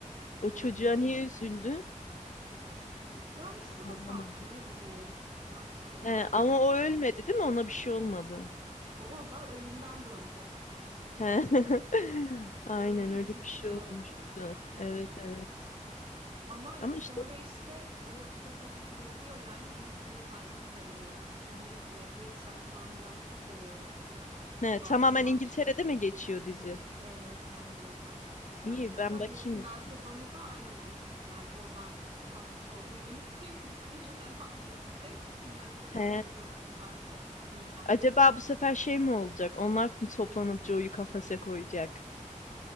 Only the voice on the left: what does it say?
O çocuğa
niye üzüldü?
Anlamadım.
He, ama
o ölmedi değil mi? Ona bir şey olmadı.
He. <laughs> Aynen
öyle
bir şey
olmuştu.
Evet
evet.
Ama
işte
he,
tamamen
İngiltere'de mi geçiyor dizi?
İyi
ben bakayım
o zaman.
He.
Acaba bu sefer şey mi olacak? Onlar mı toplanıp Joe'yu kafese koyacak?